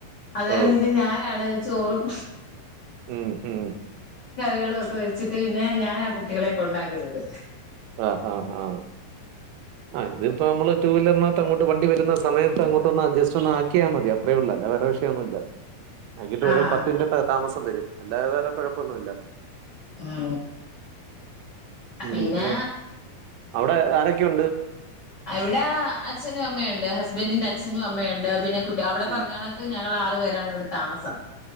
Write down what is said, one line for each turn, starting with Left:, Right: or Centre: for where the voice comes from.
Left: അന്നേരം
Right: ഓ
Left: പിന്നെ ഞാനാണ് ചോറും
Right: ഉം ഉം
Left: ട്ട്യോളോ ക്കെ വെച്ചിട്ട് പിന്നെ ഞാനാ കുട്ടികളെ കൊണ്ടാക്കുന്നത്
Right: ആഹ് ആഹ് ആ ആ ഇതിപ്പോ മ്മള് ടു വീലർനാത്ത് അങ്ങോട്ട് വണ്ടി വരുന്ന സമയത്ത് അങ്ങോട്ടൊന്ന് അഡ്ജസ്റ്റ് ഒന്ന് ആക്കിയാ മതി അത്രേ ഉള്ളൂ. അതാ വേറെ വിഷയൊന്നുല്ല. ആക്കിട്ട്
Left: ആഹ്
Right: ഒരു പത്ത് മിനിറ്റത്തെ താമസം വരും അല്ലാതെ വേറെ കൊഴപ്പൊന്നുല്ല
Left: ആ
Right: ഉം
Left: പിന്നെ
Right: ഉം. അവിടെ ആരൊക്കെയുണ്ട്
Left: അവിടെ അച്ഛനും അമ്മയുണ്ട് ഹസ്ബൻറിിന്റെ അച്ഛനും അമ്മയുണ്ട് പിന്നെ കുട്ടി അവിടെ
Right: ഉം.
Left: പറഞ്ഞ കണക്ക് ഞങ്ങളാ രണ്ടുപേരാണ് ഇവിടെ താമസം